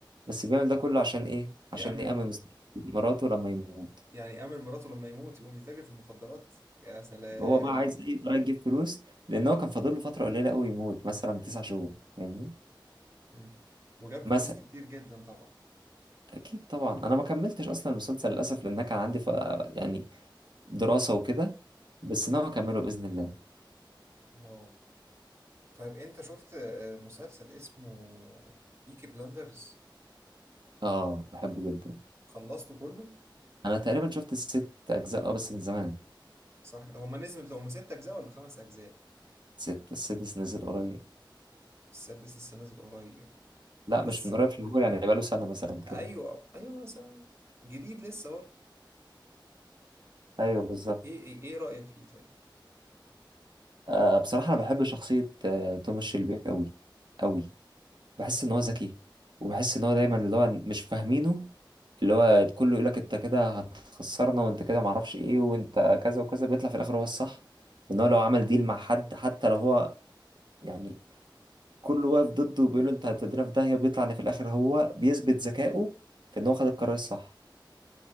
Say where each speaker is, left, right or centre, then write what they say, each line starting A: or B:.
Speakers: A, on the right (about 65°); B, on the right (about 35°).
A: بس بيعمل ده كله عشان ايه
B: يا
A: عشان
B: عم
A: يأمن مستقبل مراته لما يموت
B: يعني آمر مراته لما يموت يقوم يتاجر في المخدرات يا سلام
A: وهو بقى عايز ايه يقدر يجيب فلوس لان هو كان فاضل له فترة قليلة قوي يموت مثلا تسع شهور فاهمني
B: مم. وجاب فلوس
A: مثلا
B: كتير جدا طبعا
A: اكيد طبعا انا ما كملتش اصلا المسلسل للاسف لان أنا كان عندي ف... يعني دراسة وكده بس ناوي اكمله باذن الله
B: اه طيب انت شفت آه، مسلسل اسمه بيكي بلاندرز
A: اه بحبه جدا
B: خلصته كله
A: انا تقريبا شفت الست اجزاء اه بس من زمان
B: صح هما نزلوا هما ست اجزاء ولا خمس اجزاء
A: ست السادس نزل قريب
B: السادس لسه نازل قريب
A: لا
B: آه، بس
A: مش من قريب شهور يعني بقاله سنة مثلا كده
B: ايوه ايوه مثلا جديد لسه برضه
A: ايوه بالظبط
B: ايه ايه إيه رأيك فيه طيب
A: آه بصراحة انا بحب شخصية آه توماس شيلبي قوي قوي بحس ان هو ذكي وبحس ان هو دايما اللي هو مش فاهمينه اللي هو كله يقولك انت كده هتخسرنا وانت كده معرفش ايه وانت كذا وكذا بيطلع في الاخر هو الصح وان هو لو عمل ديل مع حد حتى لو هو يعني كله واقف ضده وبيقول له انت هتودينا في داهية بيطلع ان في الاخر هو بيثبت ذكائه في ان هو خد القرار الصح